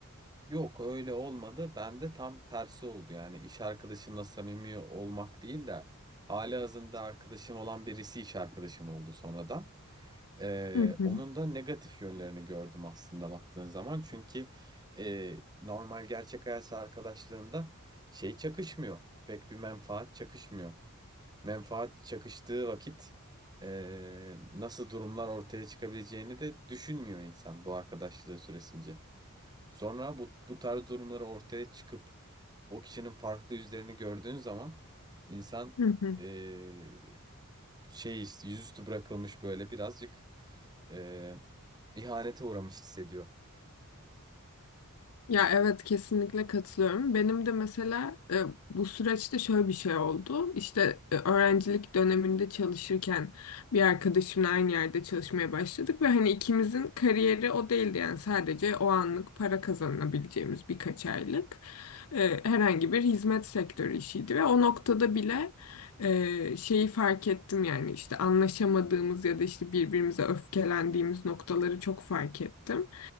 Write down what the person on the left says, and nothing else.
Hı hı,
hı hı.
Ya evet kesinlikle katılıyorum. Benim de mesela e, bu süreçte şöyle bir şey oldu. İşte e, öğrencilik döneminde çalışırken bir arkadaşımla aynı yerde çalışmaya başladık ve hani ikimizin kariyeri o değildi yani sadece o anlık para kazanabileceğimiz birkaç aylık e, herhangi bir hizmet sektörü işiydi ve o noktada bile e, şeyi fark ettim yani işte anlaşamadığımız ya da işte birbirimize öfkelendiğimiz noktaları çok fark ettim.